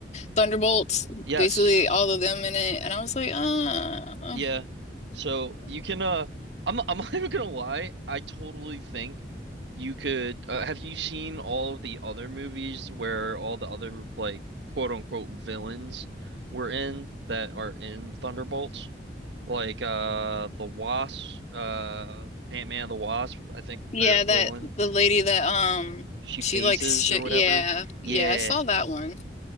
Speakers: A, on the left; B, on the right.
A: Thunderbolts,
B: Yes.
A: basically all of them in it, and I was like, uh,
B: Yeah. So you can uh I'm I'm <laughs> not even gonna lie, I totally think you could uh, have you seen all of the other movies where all the other like quote unquote villains were in that are in Thunderbolts? Like uh the Wasp uh Ant-Man and the Wasp, I think
A: yeah,
B: their villain.
A: that the lady that um
B: She
A: she
B: phases
A: likes shit,
B: or whatever.
A: yeah,
B: Yeah.
A: yeah, I saw that one,